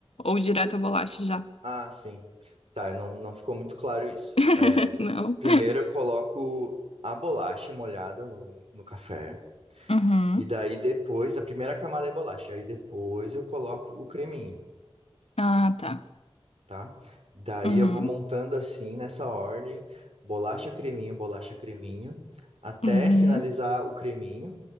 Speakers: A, on the left; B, on the right.
A: Ou direto a bolacha já.
B: Ah, sim. Tá, não, não ficou muito claro isso.
A: <laughs>
B: É,
A: Não.
B: primeiro eu coloco a bolacha molhada no, no café.
A: Uhum,
B: E daí depois, a primeira camada é bolacha. Aí depois eu coloco o creminho,
A: Ah, tá.
B: tá? Daí
A: uhum,
B: eu vou montando assim, nessa ordem: bolacha, creminho, bolacha, creminho, até
A: uhum.
B: finalizar o creminho.